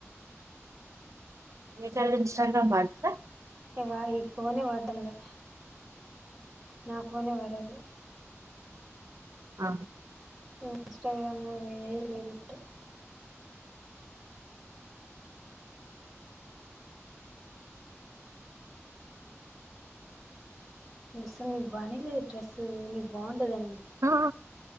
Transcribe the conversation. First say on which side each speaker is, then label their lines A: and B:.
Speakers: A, on the right; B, in the centre.
A: వమీ చాలే ఇన్స్టాగ్రమ్ వాడుతదా
B: వా ఈ ఫోనే వాడతారు కదా నాకు ఫోన్ ఏ వడేది
A: ఆ
B: ఇన్స్టగ్రాముదులుదుట్ మి సుల్ నిబాణి దు డ్రెస్ నీ బాగుంటది అనేది
A: ఆ